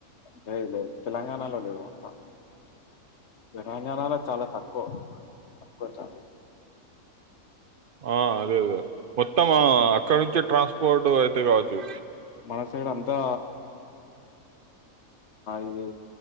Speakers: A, on the left; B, on the right.
A: లేదు లేదు తెలంగాణలో లేవు అంట తెలంగాణలో చాలా తక్కువ తక్కువ చాలా
B: ఆ అదే అదే మొత్తం అక్కడ నుంచి ట్రాన్స్పోర్ట్ అయితే కావచ్చు
A: మన సైడ్ అంతా ఇది